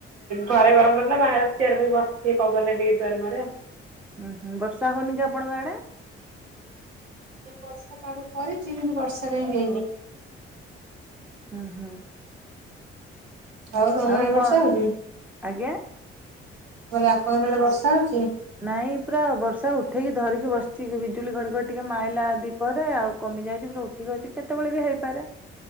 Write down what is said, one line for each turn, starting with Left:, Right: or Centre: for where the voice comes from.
Right: ଘରେ ଗରମ ରହୁୁଥିଲା ବାହାରେ ଚିଆର ବହି ବସିିକି ପବନରେ ଟିକିଏ ଦୁଆର ମୁହରେ ଆଉ।
Centre: ହୁଁ ହୁଁ, ବର୍ଷା ହଉନି କି ଆପଣଙ୍କ ଆଡେ?
Right: ବର୍ଷା ପାଗ କରିଛି କିନ୍ତୁ ବର୍ଷା କାହିଁ ହେଇନି।
Centre: ହୁଁ ହୁଁ।
Right: ହଉ ତମଡେ
Centre: ଆଉ କଣ
Right: ବର୍ଷା ହଉଛି,
Centre: ଆଜ୍ଞା।
Right: ଆପଣଙ୍କ ଆଡେ ବର୍ଷା ହଉଛି?
Centre: ନାଇଁ ପୁରା ବର୍ଷା ଉଠେଇକି ଧରିକି ବସିଛି, ବିଜୁଳି ଘଡଘଡ ଟିକେ ମାଇଲା ଆଦି ପରେ ଆଉ କମି ଯାଇଛି ପୁରା ଉଠିକି ଅଛି, କେତେବେଳେ ବି ହେଇପାରେ।